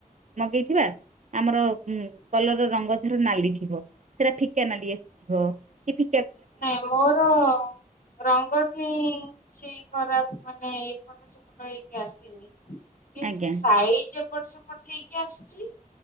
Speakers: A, on the right; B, on the left.
A: ମଗେଇଥିବା ଆମର ହୁଁ କଲର ରଙ୍ଗ ର ନାଲି ଥିବ ସେଟା ଫିକା ନାଲି ଆସ ଥିବ କେବେ
B: ନାଇଁ ମୋର ରଙ୍ଗଠି ସେଇ ଖରାପ ମାନେ ଏଇ ଫଟୋ ସେ ଫଟ ନେଇକି ଆସିଥିଲି। କିନ୍ତୁ
A: ଆଜ୍ଞା
B: ସାଇଜ ଏପଟ ସେପଟ ପଠେଇକି ଆସିଛି।